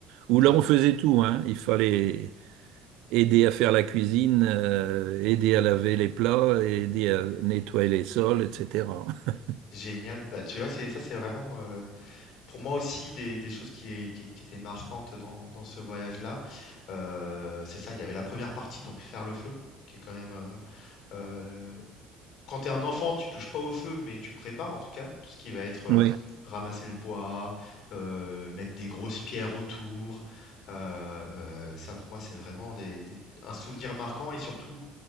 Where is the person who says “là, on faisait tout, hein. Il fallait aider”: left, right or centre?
Right